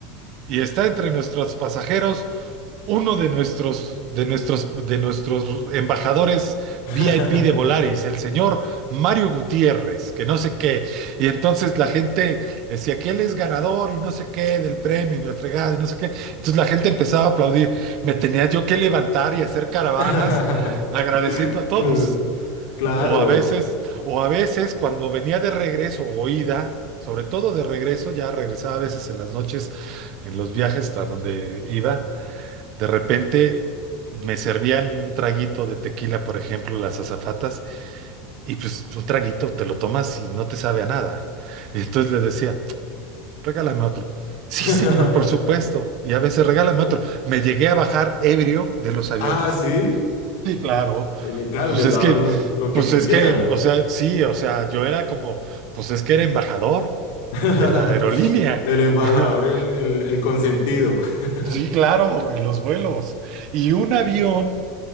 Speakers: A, on the right; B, on the left.
A: Y está entre nuestros pasajeros uno de nuestros, de nuestros, de nuestros embajadores
B: <laughs>
A: VIP de Volaris, el señor Mario Gutiérrez, que no sé qué. Y entonces la gente decía que él es ganador y no sé qué del premio y la fregada y no sé qué. Entonces la gente empezaba a aplaudir. Me tenía yo que levantar y hacer caravanas
B: <laughs>
A: agradeciendo a todos.
B: Mm, Claro.
A: O a veces, o a veces cuando venía de regreso o ida, sobre todo de regreso, ya regresaba a veces en las noches, en los viajes a donde iba, de repente me servían un traguito de tequila, por ejemplo, las azafatas, y pues un traguito te lo tomas y no te sabe a nada. <laughs> Y entonces les decía, regálame otro. Sí,
B: <laughs>
A: señor, por supuesto. Y a veces regálame otro. Me llegué a bajar ebrio de los aviones.
B: Ah, sí.
A: Sí, claro.
B: En- y Claro,
A: Pues
B: les
A: es
B: daban
A: que,
B: lo que
A: pues
B: quisieran.
A: es que, o sea, sí, o sea, yo era como, pues es que era embajador
B: <laughs>
A: de la aerolínea.
B: El embajador,
A: <laughs>
B: el, el, el consentido. <laughs>
A: Sí, claro, en los vuelos. Y un avión